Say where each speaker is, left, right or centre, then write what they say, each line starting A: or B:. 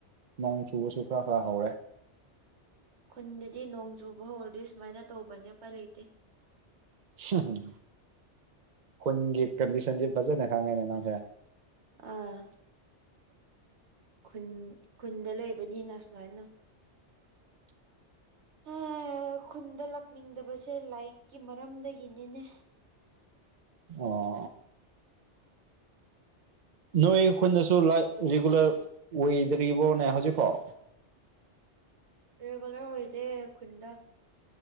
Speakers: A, on the right; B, on the right.
A: ꯅꯣꯡ ꯆꯨꯕꯁꯨ ꯈꯔ ꯈꯔ ꯍꯧꯔꯦ
B: ꯈꯨꯟꯗꯗꯤ ꯅꯣꯡ ꯆꯨꯕ ꯍꯧꯔꯗꯤ ꯁꯨꯃꯥꯏꯅ ꯇꯧꯕꯅꯦ ꯎꯄꯥꯏ ꯂꯩꯇꯦ
A: ꯎꯝ ꯈꯨꯟꯒꯤ ꯀꯟꯗꯤꯁꯟꯗꯤ ꯐꯖꯅ ꯈꯪꯉꯦꯅꯦ ꯅꯪꯁꯦ <unintelligible>
B: ꯑꯥ ꯈꯨꯟ ꯈꯨꯟꯗ ꯂꯩꯕꯅꯤꯅ ꯁꯨꯃꯥꯏꯅ
A: <unintelligible>
B: ꯑꯦ ꯈꯨꯟꯗ ꯂꯥꯛꯅꯤꯡꯗꯕꯁꯦ ꯂꯥꯏꯠꯀꯤ ꯃꯔꯝꯗꯒꯤꯅꯤꯅꯦ
A: ꯑꯣ ꯅꯣꯏ ꯈꯨꯟꯗꯁꯨ ꯂꯏꯠ ꯔꯤꯒꯨꯂꯔ ꯑꯣꯏꯗ꯭ꯔꯤꯕꯣꯅꯦ ꯍꯧꯖꯤꯛꯐꯥꯎ
B: ꯔꯤꯒꯨꯂꯔ ꯑꯣꯏꯗꯦ ꯈꯨꯟꯗ